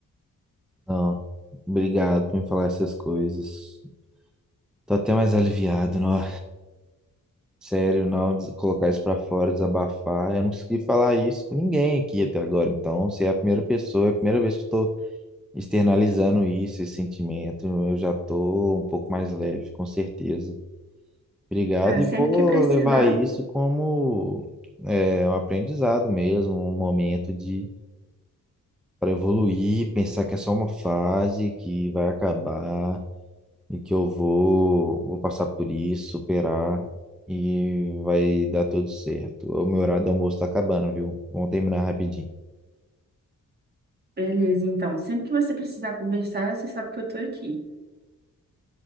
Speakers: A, in the centre; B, on the right (about 30°).
A: Não, obrigado por me falar essas coisas. Tô até mais aliviado, não. Sério, não, des- colocar isso pra fora, desabafar. Eu não consegui falar isso com ninguém aqui até agora. Então, você é a primeira pessoa, é a primeira vez que estou externalizando isso, esse sentimento. Eu já tô um pouco mais leve, com certeza. Obrigado,
B: Ah,
A: e
B: sempre
A: vou
B: que precisar,
A: levar isso como é, um aprendizado mesmo, um momento de para evoluir, pensar que é só uma fase que vai acabar e que eu vou, vou passar por isso, superar e vai dar tudo certo. O meu horário do almoço tá acabando, viu? Vamos terminar rapidinho.
B: beleza, então. Sempre que você precisar conversar, você sabe que eu tô aqui.